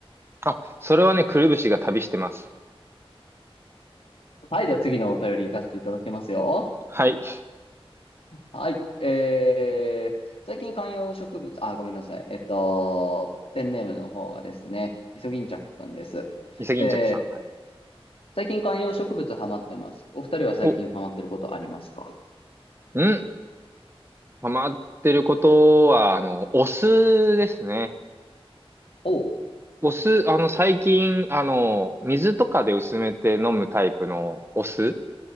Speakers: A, on the right; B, on the left.
A: あ、それはね、くるぶしが旅してます。
B: はい、では次のお便り行かせていただきますよ。
A: はい。
B: はい、えー、最近観葉植物、あ、ごめんなさい。えっと、ペンネームの方がですね、イソギンチャクくんです。
A: 伊勢銀着さん。
B: えー、
A: はい。
B: 最近観葉植物ハマってます。お二人は最近ハマってることありますか
A: お、うん。ハマってることは、あの、お酢ですね。
B: おう。
A: お酢、あの、最近、あの、水とかで薄めて飲むタイプのお酢、